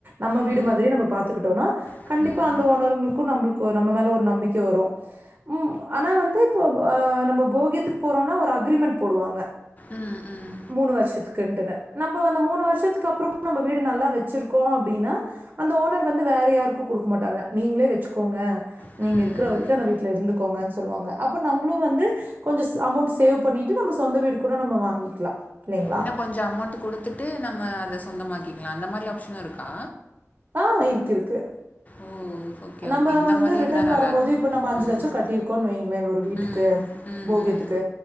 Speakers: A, on the right; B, on the left.
A: நம்ம வீடு
B: ம், ம்,
A: மாதிரியே நம்ம பாத்துக்குட்டோன்னா
B: ம்,
A: கண்டிப்பா அந்த ஓனர்ங்களுக்கும் நம்மளுக் நம்ம மேல ஒரு நம்பிக்க வரும் ம் ஆனா வந்து இப்போ அ நம்ம போகியத்துக்கு போறோம்னா ஒரு அக்ரிமெண்ட் போடுவாங்க
B: ம் ம்
A: மூணு வருஷத்துக்குட்டுனு நம்ப மூணு வருஷத்துக்கு அப்புறமும் நம்ப வீடு நல்லா வச்சுருக்கோம் அப்டின்னா அந்த ஓனர் வந்து வேற யாருக்கு குடுக்க மாட்டாங்க நீங்களே வச்சுக்கோங்க
B: ம்.
A: நீங்க இருக்கிற வரிக்கும் அந்த வீட்ல இருந் கோங்க சொல்வாங்க அப்போ நம்மளு வந்து கொஞ்ச ஸ் அமௌண்ட் சேவ் பண்ணிட்டு நம்ப சொந்த வீடு கூட நம்ம வாங்கிக்கலாம் இல்லைங்களா
B: இன்னும் கொஞ்சம் அமௌண்ட்டு குடுத்துட்டு நம்ம அத சொந்த மாக்கிக்கலாம் அந்த மாரி ஆப்ஷனு இருக்கா
A: ஆன் இருக் இருக்கு
B: ஓ ஓகே
A: நம்ப
B: ஓகே இந்த
A: வந்து
B: மாதிரி
A: ரிட்டன்
B: இருந்தால் நல்லாயிருக்கும்
A: வரும்போது இப்ப நம்ப அஞ்சு
B: ம்
A: லட்சம் கட்டிரு கோன்னு வைங்களே ஒரு வீட்டுக்கு
B: ம் ம்
A: போகியத்துக்கு
B: ம்